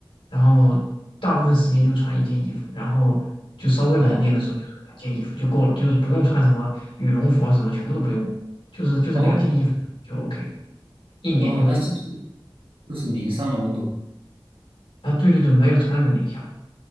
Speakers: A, on the left (about 85°); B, on the right (about 85°).
A: 然后大部分时间就穿一件衣服，然后就稍微冷一点的时候就是两件衣服就够了，
B: 哦
A: 就是不用穿什么羽绒服啊什么，全部都不用，就是就是两件衣服就
B: 哦
A: OK，一年就
B: 哦，那是不是都是零上的温度？
A: 啊，对对对，没有从来没有零下的